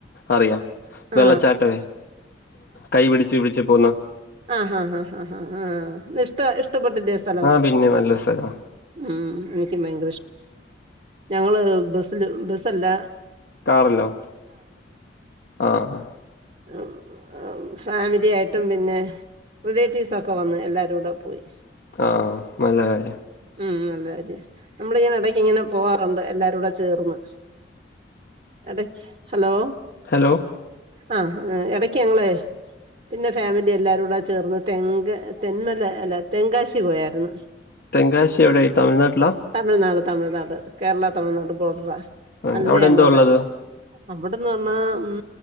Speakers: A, on the left; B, on the right.
A: അറിയാം
B: ആ
A: വെള്ളച്ചാട്ടമേ കൈ പിടിച്ചു പിടിച്ചു പിടിച്ച് പോകുന്ന
B: ആഹ് ആഹ് ആഹ് ആഹ ഇഷ്ട ഇഷ്ടപ്പെട്ടിലെ സ്ഥലം
A: ആഹ് പിന്നെ നല്ല സ്ഥലമാ
B: ഉം എനിക്കും ഭയങ്കര ഇഷ്ടം ഞങ്ങള് ബസില് ബസല്ല
A: കാറിലോ ആഹ്
B: ആഹ് ആഹ് ആഹ് ഫാമിലി ആയിട്ടും പിന്നെ റിലേറ്റീവ്സ് ഒക്കെ വന്ന് എല്ലാരൂടെ പോയി
A: ആഹ് നല്ല കാര്യം
B: ഉം ഉം നല്ല കാര്യം നമ്മളിങ്ങനെ എടക്കിങ്ങനെ പോകാറുണ്ട് എല്ലാരൂടെ ചേർന്ന് എടക്ക് ഹലോ
A: ഹലോ
B: ആഹ് എടയ്ക്ക് ഞങ്ങളെ പിന്നെ ഫാമിലി എല്ലാരും കൂടെ ചേർന്ന് തെങ് തെന്മല അല്ല തെങ്കാശി പോയാരുന്നു
A: തെങ്കാശി എവിടെ തമിഴ്നാട്ടിലാ
B: തമിഴ്നാട് തമിഴ്നാട് കേരള തമിഴ്നാട് ബോർഡറാ
A: ആഹ്
B: നല്ലയാണവടെ
A: അവിടെ എന്തോ ഉള്ളത്?
B: അവിടെന്ന് പർന്ന ഉം